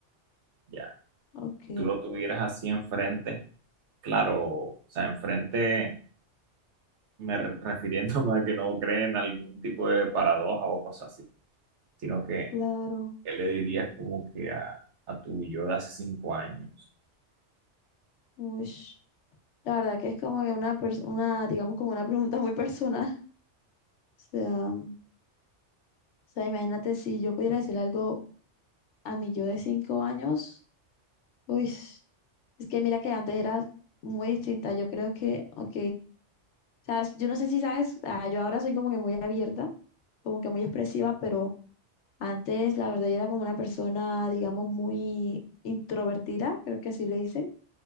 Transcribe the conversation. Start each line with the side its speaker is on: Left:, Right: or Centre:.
Right: ya,
Left: ok,
Right: y tú lo tuvieras así enfrente, claro, o sea, enfrente, me re- refiriéndome a <laughs> que no creen en algún tipo de paradoja o cosas así, sino que,
Left: claro.
Right: ¿qué le dirías como que a, a tu yo de hace cinco años?
Left: Ush. La verdad que es como que una, pers- una, digamos, como una pregunta muy personal. <laughs> O sea, o sea, imagínate si yo pudiera decirle algo a mi yo de cinco años. Uy, es que mira que antes era muy distinta. Yo creo que, ok, sabes, yo no sé si sabes, ah, yo ahora soy como que muy abierta, como que muy expresiva, pero Antes, la verdad, yo era como una persona, digamos, muy introvertida, creo que así le dicen,